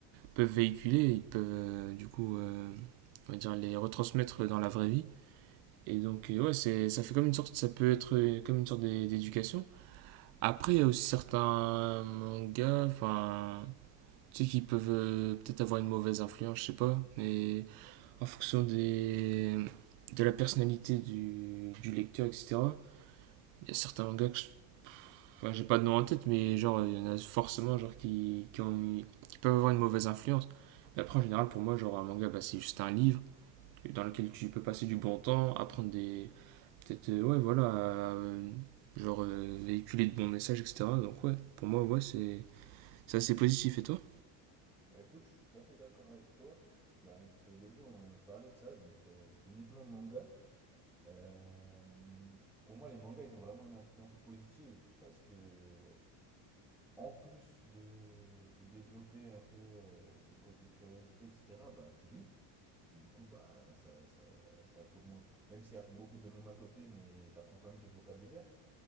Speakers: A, on the right (about 85°); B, in the centre.
A: peuvent véhiculer, ils peuvent euh, du coup, euh, on va dire, les retransmettre dans la vraie vie. Et donc, euh, ouais, c'est, ça fait comme une sorte, ça peut être euh, comme une sorte d'éducation. Après, il y a aussi certains mangas, enfin, tu sais, qui peuvent euh, peut-être avoir une mauvaise influence, je sais pas, mais en fonction des, de la personnalité du, du lecteur, etc. Il y a certains mangas que je Enfin, j'ai pas de nom en tête, mais genre, il y en a forcément genre, qui, qui, ont- qui peuvent avoir une mauvaise influence. Mais après, en général, pour moi, genre, un manga, bah, c'est juste un livre dans lequel tu peux passer du bon temps, apprendre des. Peut-être, euh, ouais, voilà, euh, genre, euh, véhiculer de bons messages, etc. Donc, ouais, pour moi, ouais, c'est c'est assez positif. Et toi
B: Ouais, écoute, je suis tout à fait d'accord avec toi. Bah, au début, on parlait de ça, donc euh, uniquement manga. Euh, pour moi, les mangas, ils ont vraiment une influence positive parce que en plus de, de développer un peu euh, ce côté curiosité, etc., bah, tu lis. Du coup, bah, ça, ça, ça t'augmente. Même s'il y a beaucoup d'onomatopées, mais tu apprends quand même du vocabulaire.